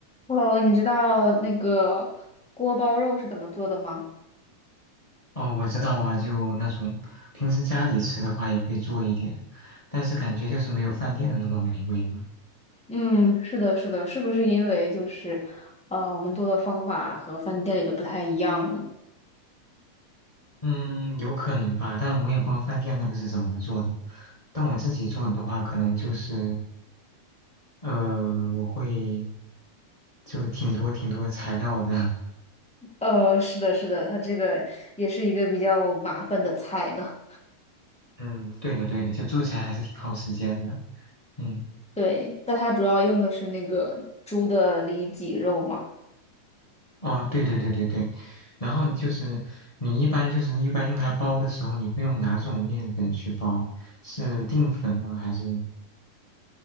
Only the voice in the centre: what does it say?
Hello，你知道那个锅包肉是怎么做的吗？
嗯，是的，是的，是不是因为就是，呃，我们做的方法和饭店里的不太一样呢？
呃，是的，是的，它这个也是一个比较麻烦的菜呢。
对，但它主要用的是那个猪的里脊肉嘛。